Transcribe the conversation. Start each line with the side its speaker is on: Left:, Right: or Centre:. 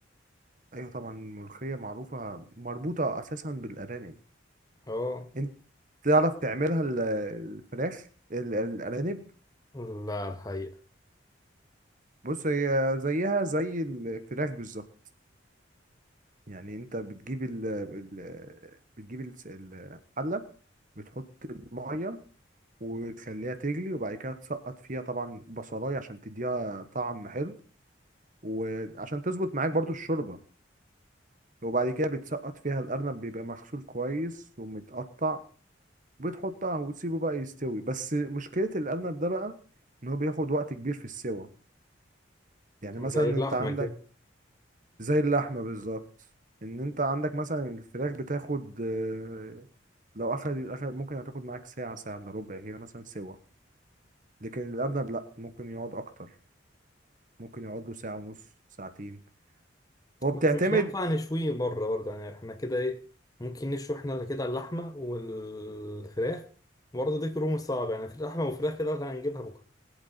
Right: ايوه طبعا الملوخية معروفة مربوطة اساسا بالارانب
Left: اه
Right: انت تعرف تعملها ال- الفراخ ال- الارانب
Left: لا الحقيقه
Right: بص هي زيها زي الفراخ بالظبط يعني انت بتجيب ال ال- بتجيب الس- الحلة بتحط المية وتخليها تجلي وبعد كده تسقط فيها طبعا بصلاية عشان تديها طعم حلو وعشان تظبط معاك برضو الشوربة وبعد كده بتسقط فيها الأرنب بيبقى مغسول كويس ومتقطع بتحطها وتسيبه بقى يستوي بس مشكلة الأرنب ده بقى إن هو بياخد وقت كبير في السوى يعني مثلا
Left: زي اللحمه
Right: أنت عندك
Left: كده
Right: زي اللحمة بالظبط إن أنت عندك مثلا الفراخ بتاخد آه، لو أخد أخد ممكن هتاخد معاك ساعة ساعة إلا ربع كده مثلا سوا لكن الأرنب لأ ممكن يقعد أكتر ممكن يقعد له ساعة ونص ساعتين هو بتعتمد
Left: بس مش هينفع نشويه بره برضه يعني احنا كده ايه ممكن نشوي احنا كده اللحمة والفراخ برضه دي كروم صعب يعني في اللحمة والفراخ كده اللي هنجيبها بكرة